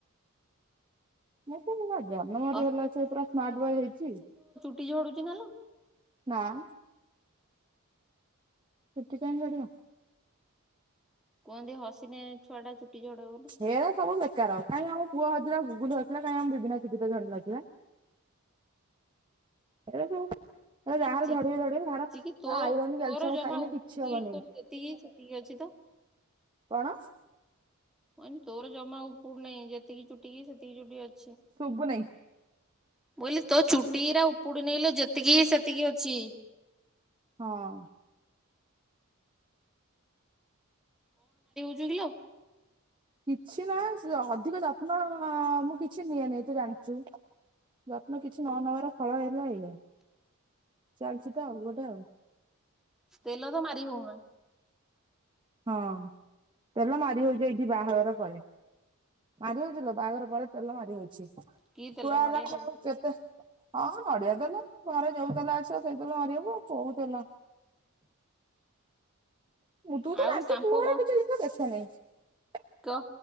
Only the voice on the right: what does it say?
ମତେ ଜନ୍ମରେ
ହେଲା ଛୁଆ ସେ ପୁରା ସ୍ମାଟ ବୟ ହେଇଛି।
ନାଁ। ଚୁଟି କାଇଁ ଝାଡ଼ିବ।
ହେ ସବୁ ବେକାର କାଇଁ ଆଉ ପୁଅ ହଉଥିଲା ଗୁଗୁନା ହେଇଥିଲା କାଇଁ ଆମ ବେବେନା ଚୁଟି ଝଡି ନଥିଲା। ଏ ସବୁ ଯାହାର
ଝଡିବେ ଝଡିବେ ଯାହାର
ଆଇରନ୍ କ୍ୟାଲସିୟମ
ଖାଇଲେ
କିଛି ହବନି
କଣ।
ଶୁଭୁ ନେଇ
ହଁ।
କିଛି ନାଇ ଅଧିକ ଯତ୍ନ ମୁଁ କିଛି ନିଏନି ତୁ ଜାଣିଛୁ ଯତ୍ନ କିଛି ନ ନବାର ଫଳ ହେଲା ଏଇଆ ଚାଲିଛି ତ ଆଉ ଗୋଟେ ଆଉ।
ହଁ ତେଲ ମାରି ହଉଛି ଏଇଠି ବାହାଘର ପରେ। ମାରି ହଉଛିଲୋ ବାହାଘର ପରେ ତେଲ ମାରି ହଉଛି।।
ଛୁଆ ହେଲାଣି
ଆଉ କେତେ ହଁ ନଡିଆ ତେଲ ଘରେ ଯୋଉ ତେଲ ଆସିବ ସେଇ ତେଲ ମାରିହବୁ ଆଉ କୋଉ ତେଲ। ତୁ ତ
ଜାଣିଛୁ
ମୁ ଏଗୁରା
କିଛି ଜିନିଷ ଦେଖ ନେଇ।